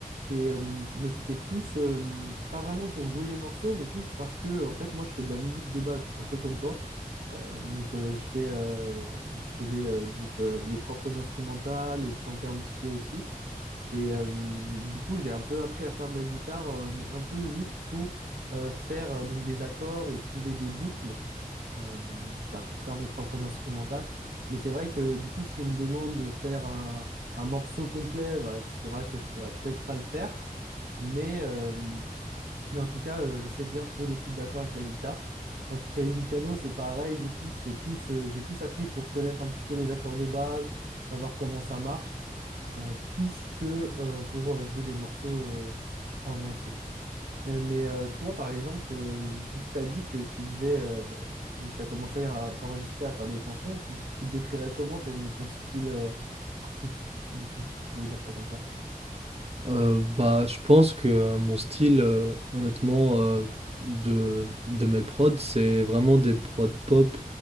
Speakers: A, on the right (about 85°); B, on the right (about 40°).
A: Et, euh, c- mais c'était plus, euh, pas vraiment pour jouer des morceaux, mais plus parce que, en fait, moi, je fais de la musique de base, un peu comme toi. Euh, donc euh, je fais, euh, je faisais euh, donc euh, mes propres instrumentales et je chantais un petit peu aussi. Et euh, du coup, j'ai un peu appris à faire de la guitare, euh, mais un peu juste pour euh, faire euh, donc des accords et trouver des boucles euh, bah, pour faire mes propres instrumentales. Mais c'est vrai que du coup, si on me demande de faire un, un morceau complet, bah, c'est vrai que je pourrais peut-être pas le faire. Mais, euh, mais en tout cas, euh, je sais bien trouver des suites d'accords avec la guitare. En ce qui s'agit du piano, c'est pareil. Du coup, c'est plus, euh, j'ai plus appris pour connaître un petit peu les accords de base, savoir comment ça marche, euh, plus que euh, pour euh, jouer des morceaux euh, en entier. Et- mais euh, toi, par exemple, euh, vu que tu as dit que tu faisais, euh, donc tu as commencé à t'enregistrer, à faire des chansons, tu, tu décrirais comment ton, ton style euh, artistique, du coup, si je pouvais dire ça comme ça?
B: Heu, bah, je pense que mon style, heu, honnêtement, heu, de de mes prods, c'est vraiment des prods pop,